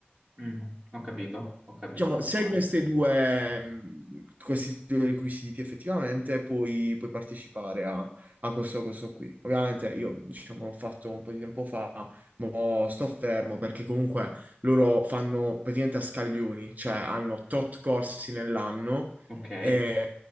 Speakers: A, on the right; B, on the right.
A: Mm, ho capito, ho capito,
B: Diciamo,
A: ho capito.
B: se hai queste due, mh, questi due requisiti effettivamente puoi, puoi partecipare a, a questo, questo qui. Ovviamente io, diciamo, l'ho fatto un po' di tempo fa, ma sto fermo perché comunque loro fanno praticamente a scaglioni, cioè hanno tot corsi nell'anno
A: Ok,
B: e,